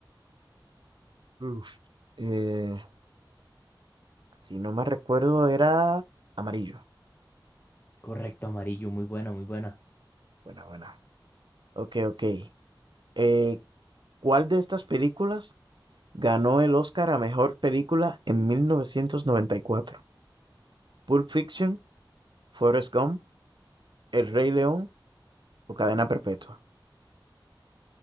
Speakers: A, on the right; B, on the left.
A: Uf, eh, si no me recuerdo, era amarillo.
B: Correcto, amarillo. Muy buena, muy buena.
A: Buena, buena. Ok, ok. Eh, ¿cuál de estas películas Ganó el Oscar a mejor película en 1994. Pulp Fiction, Forrest Gump, El Rey León o Cadena Perpetua.